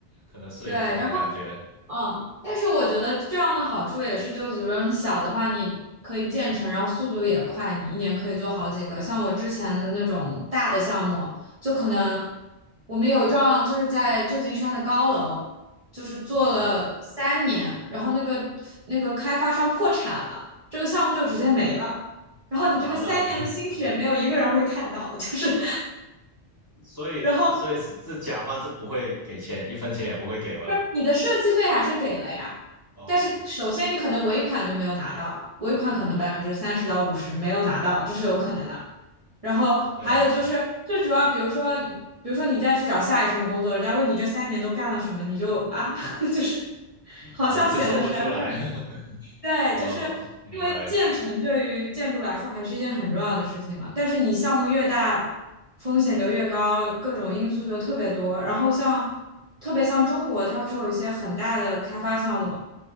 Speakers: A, on the left; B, on the right.
A: 可能是有这种感觉，
B: 对，然后。嗯，但是我觉得这样的好处也是，就是比如说你小的话，你可以建成，然后速度也快，你一年可以做好几个。像我之前的那种大的项目，就可能我们有一幢就是在旧金山的高楼，就是做了三年，
A: 嗯，
B: 然后那个那个开发商破产了，这个项目就直接没了。
A: 直接黄了，
B: 然后你这个三年的心血，
A: <laughs>
B: 没有一个人会看到，就是
A: 所以所以是是甲方是不会给钱，
B: <laughs> 然后
A: 一分钱也不会给吗？
B: 不是你的设计费还是给了呀，
A: 哦
B: 但是首先你可能尾款就没有拿到，尾款可能百分之三十到五十没有拿到，
A: 哦。
B: 这是有可能的。然后还有就是最主要，
A: 这样子
B: 比如说，比如说你再去找下一份工作，人家问你这三年都干了什么，你就啊，<laughs> 就是好像显得全面了。
A: 啊，就说不出来。<laughs>
B: 对，
A: 哦，
B: 就是
A: 明白。
B: 因为建成对于建筑来说还是一件很重要的事情嘛，但是你项目越大，风险就越高，各种因素就特别多。然后像特别像中国，它不是有一些很大的开发项目，